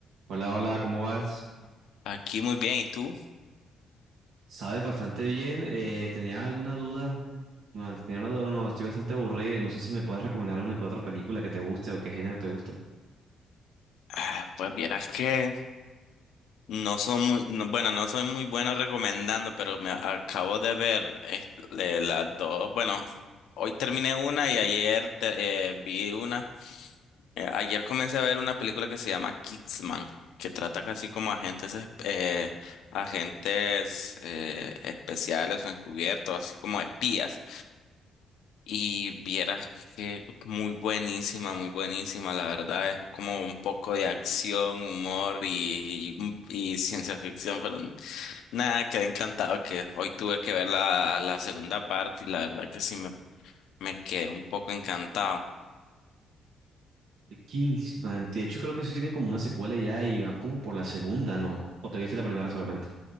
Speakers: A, on the right; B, on the left.
A: Hola, hola, ¿cómo vas?
B: Aquí muy bien, ¿y tú?
A: Sabes bastante bien. eh, ¿tenía alguna duda? Bueno, tenía una duda, no, estoy bastante aburrido y no sé si me puedes recomendar una que otra película que te guste o qué género te gusta.
B: Ah, pues vieras que no soy muy, no- bueno, no soy muy bueno recomendando, pero me acabo de ver este, las dos. Bueno, hoy terminé una y ayer te- eh, vi una. Eh, ayer comencé a ver una película que se llama Kingsman, que trata casi como agentes, es- eh, agentes eh, especiales o encubiertos, así como espías. Y vieras que muy buenísima, muy buenísima, la verdad es como un poco de acción, humor y, y, y ciencia ficción, pero nada, quedé encantado que hoy tuve que ver la, la segunda parte y la verdad que sí me, me quedé un poco encantado.
A: The Kingsman, de hecho creo que eso tiene como una secuela ya y van como por la segunda, ¿no? ¿O te viste la primera solamente?